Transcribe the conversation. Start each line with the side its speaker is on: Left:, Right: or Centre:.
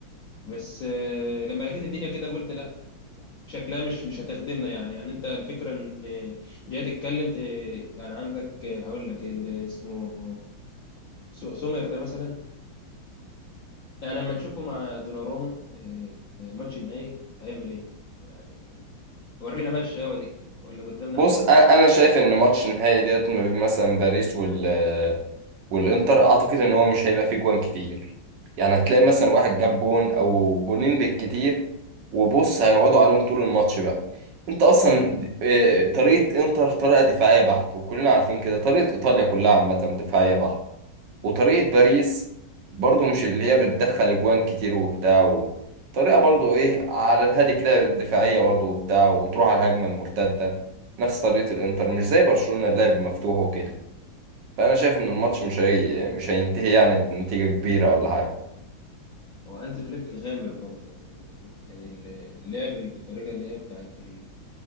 Left: بس آه، لما لقيت الدنيا كده قلت لا شكلها مش مش هتخدمنا يعني يعني انت الفكره ان جاي تتكلم ت... يعني عندك آه، هقول لك اللي اسمه سو- سومر ده مثلا يعني لما نشوفه مع دوناروما آه، الماتش النهائي هيعمل ايه يعني ورينا بقى الشقاوة دي ولا قدامنا
Right: بص
Left: احنا بس
Right: انا أنا شايف ان ماتش النهائي ديت ما بين مثلا باريس وال والانتر اعتقد ان هو مش هيبقى فيه جوان كتير يعني هتلاقي مثلا واحد جاب جون او جونين بالكتير وبص هيقعدوا عليهم طول الماتش بقى انت اصلا د- آه، طريقة انتر طريقة دفاعية بحتة وكلنا عارفين كده طريقة ايطاليا كلها عامة دفاعية بحتة وطريقة باريس برضو مش اللي هي بتدخل جوان كتير وبتاع و... طريقة برضو ايه على الهادي كده دفاعية برضو وبتاع وتروح على الهجمة المرتدة نفس طريقة الانتر مش زي برشلونة اللعب مفتوح وكده فانا شايف ان الماتش
Left: آه،
Right: مش هي... مش هينتهي يعني بنتيجة كبيرة ولا حاجة
Left: هو هانز فليك غامر برضه يعني كان ال- اللعب اللي بالطريقة اللي هي بتاعت ال-